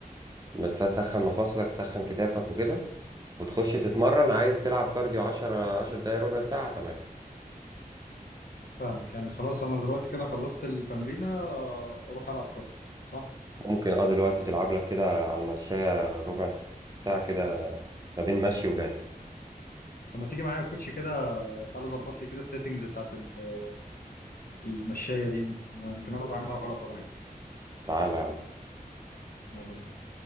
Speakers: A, on the right (about 25°); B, on the left (about 75°).
A: ما تسخن مفاصلك تسخن كتافك وكده وتخش تتمرن عايز تلعب كارديو 10 10 دقايق ربع ساعة تمام
B: فاهمك يعني خلاص انا دلوقتي كده خلصت التمرينه آه، اروح العب كارديو صح
A: ممكن اه دلوقتي تلعب لك كده على المشاية ربع ساعة كده ما بين مشي وجري
B: طب ما تيجي معايا يا كوتش كده تعالى ظبط لي كده السيتنجز بتاعت ال- المشايه دي يمكن انا يلا بعملها غلط ولا حاجه
A: تعالى يا عم
B: يلا بينا